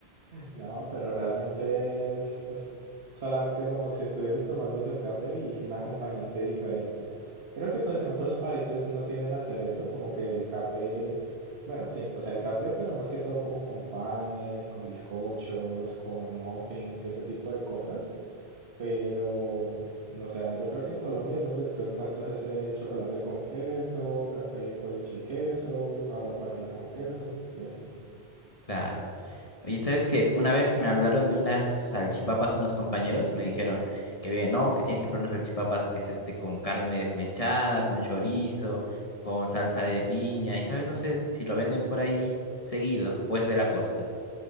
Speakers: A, on the right; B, on the left.
A: No, pero realmente es, es solamente como si estuvieses tomándote un café y un acompañante diferente. Creo que pues en otros países no tienden a hacer eso, como que el café, bueno, sí, o sea, el café, pero más que todo como con panes, con bizcochos, con muffins y ese tipo de cosas. Pero, o sea, yo creo que en Colombia es donde tú encuentras ese chocolate con queso, café con leche y queso, agua panela con queso y así.
B: Claro. Oye, ¿sabes qué? Una vez me hablaron de unas salchipapas unos compañeros, me dijeron que había, no, que tienes que probar unas salchipapas que es este con carne desmechada, con chorizo, con salsa de piña, y sabes, no sé si lo venden por ahí seguido o es de la costa.